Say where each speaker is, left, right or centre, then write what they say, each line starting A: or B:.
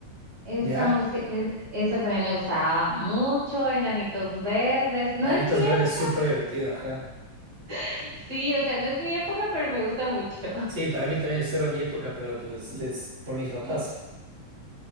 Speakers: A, on the right (about 40°); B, on the right (about 80°).
A: esa,
B: ¿Ya?
A: música, esa también me gustaba mucho, Enanitos Verdes, no
B: Anitos
A: es mi
B: Verdes,
A: época,
B: súper divertido, ajá.
A: <laughs> sí, o sea, no es mi época, pero me gusta mucho.
B: Sí, para mí también es cero mi época, pero pues les, por mis papás.